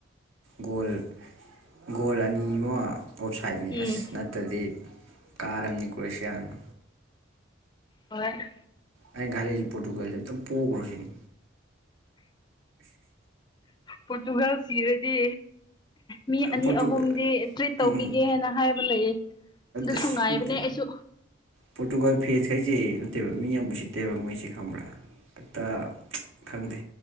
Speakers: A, on the right; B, on the left.
A: ꯒꯣꯜ ꯒꯣꯜ ꯑꯅꯤ ꯑꯃ ꯑꯥꯎꯞꯁꯥꯏꯠꯅꯤ
B: ꯎꯝ
A: ꯑꯁ ꯅꯠ ꯇꯗꯤ ꯀꯥꯔꯝꯅꯤ ꯀ꯭ꯔꯣꯁꯤꯌꯥꯅ
B: ꯍꯣꯢ
A: ꯑꯩꯅ ꯈꯜꯂꯤꯁꯤ ꯄꯣꯇꯨꯒꯜ ꯁꯤ ꯑꯝꯇ ꯄꯣꯒ꯭ꯔꯣꯁꯤꯅꯤ
B: ꯄꯣꯔꯇꯨꯒꯜ ꯁꯤꯔꯗꯤ ꯃꯤ ꯑꯅꯤ
A: ꯄꯣꯔꯇꯨꯒꯜ
B: ꯑꯍꯨꯝꯗꯤ ꯇ꯭ꯔꯤꯠ ꯇꯧꯕꯤꯒꯦ
A: ꯎꯝ
B: ꯍꯥꯏꯅ ꯍꯥꯏꯕ ꯂꯩꯌꯦ ꯑꯗꯨꯁꯨ
A: ꯑꯁ
B: ꯉꯥꯏꯕꯅꯦ ꯑꯩꯁꯨ
A: ꯄꯣꯔꯇꯨꯒꯜ ꯐꯦꯟꯁ ꯈꯩꯁꯦ ꯅꯠꯇꯦꯕ ꯃꯤ ꯌꯥꯝ ꯎꯁꯤꯠꯇꯦꯕ ꯃꯣꯏꯁꯦ ꯈꯪꯕ꯭ꯔꯥ ꯍꯦꯛꯇ ꯈꯪꯗꯦ